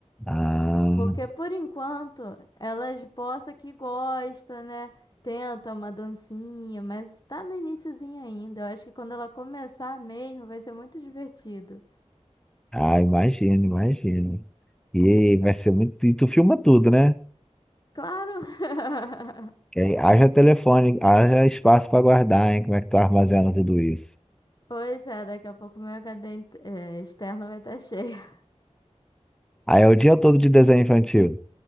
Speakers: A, in the centre; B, on the left.
A: Ah,
B: Porque por enquanto elas possa que gosta, né? Tenta uma dancinha, mas tá no iniciozinho ainda. Eu acho que quando ela começar mesmo vai ser muito divertido.
A: ah, imagino, imagino. E vai ser muito. E tu filma tudo, né?
B: Claro! <laughs>
A: E aí, haja telefone, haja espaço pra guardar, hein? Como é que tu armazena tudo isso?
B: Pois é, daqui a pouco meu HD in- eh, externo vai estar cheio. <laughs>
A: Aí é o dia todo de desenho infantil.